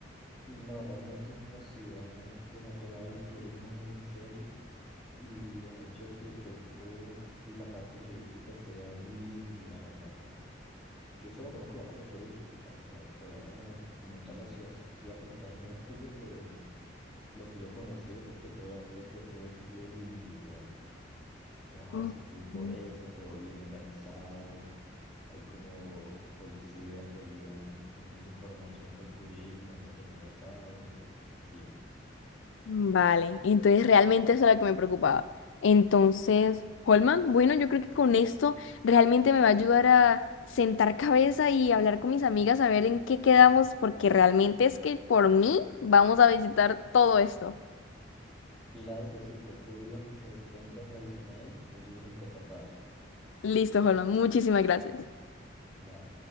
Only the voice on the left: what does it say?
Mm,
mm,
Vale, entonces realmente eso era lo que me preocupaba. Entonces, Holman, bueno, yo creo que con esto realmente me va a ayudar a sentar cabeza y hablar con mis amigas a ver en qué quedamos, porque realmente es que por mí vamos a visitar todo esto.
Listo, Holman, muchísimas gracias.